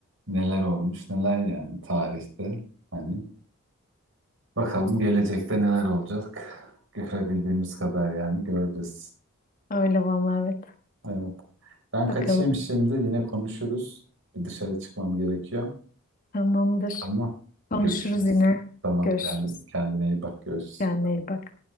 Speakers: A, on the right; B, on the left.
A: neler olmuş neler yani tarihte hani bakalım gelecekte neler olacak görebildiğimiz kadar yani göreceğiz.
B: Öyle vallahi evet.
A: Evet. Ben kaçayım
B: Bakalım.
A: şimdi yine konuşuruz. Bir dışarı çıkmam gerekiyor.
B: Tamamdır.
A: Ama
B: Konuşuruz
A: görüşürüz.
B: yine.
A: Tamam
B: Görüşürüz.
A: kendine, kendine iyi bak görüşürüz.
B: Kendine iyi bak.